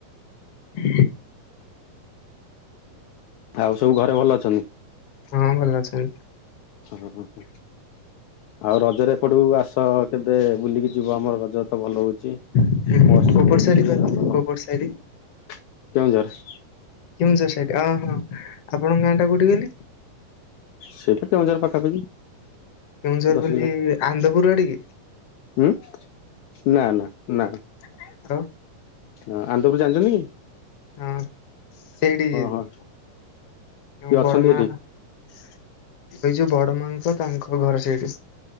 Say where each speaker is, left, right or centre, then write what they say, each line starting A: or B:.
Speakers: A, on the left (about 65°); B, on the left (about 80°).
A: ହୁଁ।
B: ଆଉ ସବୁ ଘରେ ଭଲ ଅଛନ୍ତି?
A: ହଁ ଭଲ ଅଛନ୍ତି।
B: ହଁ ହଁ ହଁ। ଆଉ ରଜରେ ଏପଟୁକୁ ଆସ। କେବେ ବୁଲିକି ଯିବ ଆମର ରଜ ତ ଭଲ ହଉଛି।
A: ଅଛନ୍ତି
B: ମହୋତ୍ସବ
A: କୋଉ ପଟ
B: ହଉଛି
A: ସାଇଡ କହିଲ
B: ଭଲ
A: କୋଉ ପଟ ସାଇଡ
B: କେଉଁଝର।
A: କେଉଁଝର୍ ସାଇଟ୍ ଅ -ହଁ ଆପଣଙ୍କ ଗାଁ ଟା କଉଠି କହିଲେ?
B: ସେଇ ପା କେଉଁଝର୍ ପାଖାପାଖି।
A: କେଉଁଝର୍
B: ଦଶ
A: ବୋଲି ଆନନ୍ଦପୁର୍ ଆଡେ କି?
B: ଉଁ- ନା- ନା -ନା।
A: <unintelligible>
B: ହଁ ଆନନ୍ଦପୁର୍ ଜାଣିଚନ୍ତି?
A: ହଁ ସେଇଠି
B: ହଁ କିଏ
A: ବଡ
B: ଅଛନ୍ତି
A: ମା
B: ଏଠି
A: ସେଇଯଉ ବଡ ମାଙ୍କ ତାଙ୍କ ଘର ସେଇଠେ।